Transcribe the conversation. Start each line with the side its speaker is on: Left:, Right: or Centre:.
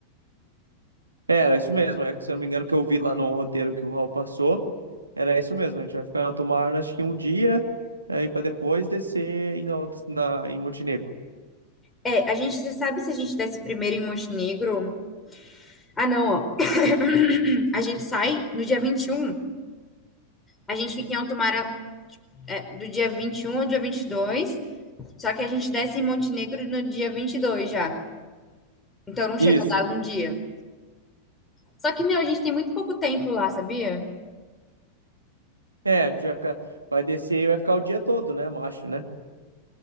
Right: É, era isso mesmo. É que, se eu não me engano, que eu vi lá no roteiro que o Raul passou, era isso mesmo. A gente vai ficar na Tomar, acho que um dia, aí para depois descer em, na outra, na, em Montenegro.
Left: É, a gente, você sabe se a gente desce primeiro em Montenegro? Ah, não, ó. <coughs> A gente sai no dia vinte e um A gente fica em alto mar é, do dia 21 ao dia vinte e dois Só que a gente desce em Montenegro no dia 22 já. Então, não chega
Right: Isso.
Left: a dar um dia. Só que, meu, a gente tem muito pouco tempo lá, sabia?
Right: É, a gente vai ficar, vai descer e vai ficar o dia todo, né, macho, né?